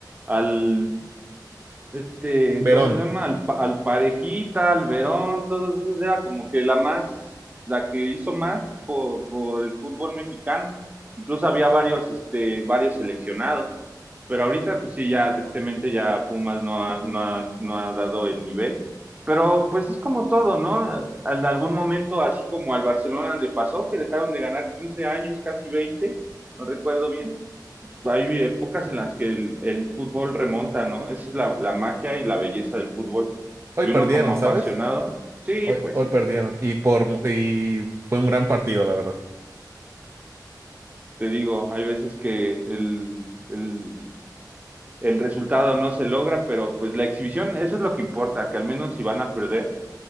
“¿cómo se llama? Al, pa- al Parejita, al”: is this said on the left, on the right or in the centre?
Right